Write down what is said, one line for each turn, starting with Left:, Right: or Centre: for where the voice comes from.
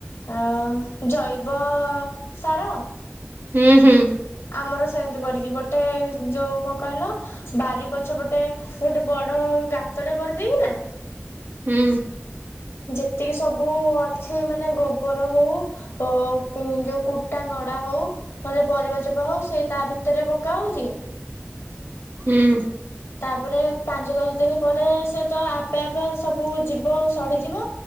Left: ଆ ଜୈବ ସାର
Right: ହୁଁ ହୁଁ।
Left: ଆମର ସେମିତି କରିକି ଗୋଟେ ଯୋଉ କଣ କହିଲ ବାରି ପଛପଟେ ଗୋଟେ ବଡ ଗାତଟେ କରିଦେଇକିନା
Right: ହୁଁ।
Left: ଯେତିକି ସବୁ ଅଛି ମାନେ ଗୋବର ହଉ ଅ ଯୋଉ କୁଟା ନଡା ହଉ ନହେଲେ ପରିବା ଚୋପା ହଉ ସେ ତା ଭିତରେ ପକା ହଉଛି
Right: ହୁଁ
Left: ତାପରେ ପାଞ୍ଚ ଦଶ ଦିନ ପରେ ସେ ତ ଆପେ ଆପେ ସବୁ ଯିବ ସଢିଯିବ